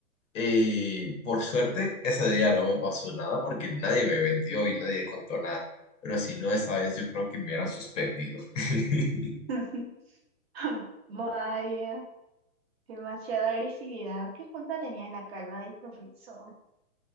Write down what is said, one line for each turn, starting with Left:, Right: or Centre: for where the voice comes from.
Left: Y por suerte, ese día no me pasó nada porque nadie me vendió y nadie contó nada. Pero si no, esa vez yo creo que me hubieran suspendido. <laughs>
Right: <laughs> Vaya, demasiada agresividad. ¿Qué culpa tenía la calva del profesor?